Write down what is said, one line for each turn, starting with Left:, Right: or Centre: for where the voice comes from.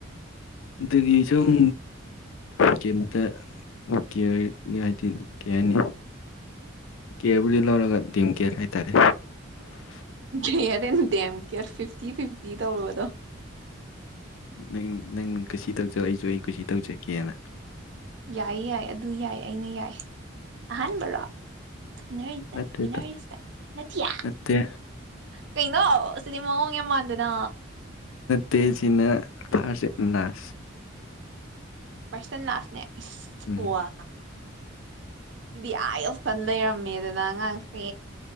Left: ꯑꯗꯨꯒꯤ ꯁꯣꯨꯝ ꯀꯩꯝꯇ ꯀꯦꯅꯤ ꯍꯥꯏꯗꯤ ꯀꯅꯤ ꯀꯦꯕꯂꯔꯒ ꯗꯤꯝ ꯀꯦꯔ ꯍꯥꯏꯥꯏꯇꯔꯦ
Right: ꯔꯦ ꯗꯦꯝ ꯀꯦꯔ ꯐꯤꯐꯇꯤ ꯐꯤꯐꯇꯤ ꯇꯧꯔꯨꯕꯗꯣ
Left: ꯅꯪ ꯅꯪ ꯀꯁꯤ ꯊꯛꯆꯂꯛꯏꯁꯨ ꯑꯩ ꯀꯁꯤ ꯊꯛꯆꯀꯦꯅ
Right: ꯌꯥꯏ ꯌꯥꯏ ꯑꯗꯨ ꯌꯥꯏ ꯑꯩꯅ ꯌꯥꯏ ꯑꯍꯥꯟꯕꯔꯣ ꯀꯅꯁ
Left: ꯅꯠꯇꯦ
Right: ꯀꯣꯏꯅꯔꯤꯁ ꯅꯌꯥꯁ
Left: ꯅꯠꯇꯦ
Right: ꯀꯩꯅꯩꯅꯣ ꯁꯤꯗꯤꯃ ꯌꯦꯃꯥꯟꯗꯅ
Left: ꯇꯦꯁꯤꯅ ꯐꯥꯔꯁ ꯅꯁ
Right: ꯄꯔꯁꯟ ꯂꯥꯁꯅꯦ ꯏ
Left: ꯎꯝ
Right: ꯋꯥ ꯁꯤꯗꯤ ꯑꯥ ꯌꯧꯁꯟ ꯂꯩꯔꯝꯃꯦꯗꯅ ꯑꯉꯥꯡꯁꯦ